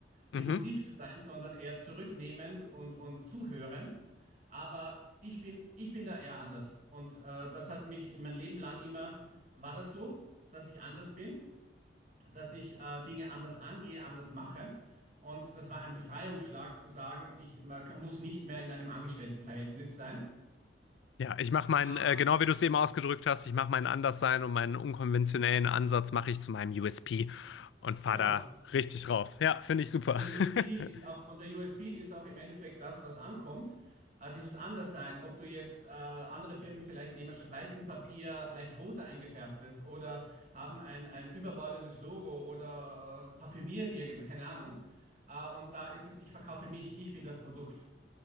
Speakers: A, on the right; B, on the left.
A: impulsiv
B: Mhm.
A: zu sein, sondern eher zurücknehmend und, und zuhörend. Aber ich bin, ich bin da eher anders. Und äh, das hat mich in mein Leben lang immer, war das so, dass ich anders bin? dass ich äh, Dinge anders angehe, anders mache. Und das war ein Befreiungsschlag zu sagen, ich man kann, muss nicht mehr in einem Angestelltenverhältnis sein.
B: Ja, ich mache meinen,
A: Äh,
B: äh, genau wie du es eben ausgedrückt hast, ich mache meinen Anderssein und meinen unkonventionellen Ansatz mache ich zu meinem USP und fahre
A: genau.
B: da richtig drauf. Ja, finde ich super.
A: Und der USP
B: <laughs>
A: ist auch, und der USP ist auch im Endeffekt das, was ankommt. Äh, dieses Anderssein, ob du jetzt äh, andere Firmen vielleicht nehmen statt weißem Papier leicht rosa eingefärbtes oder haben ein, ein überbordendes Logo oder äh, parfümieren irgendwas, keine Ahnung. Äh, und da ist es, ich verkaufe mich, ich bin das Produkt.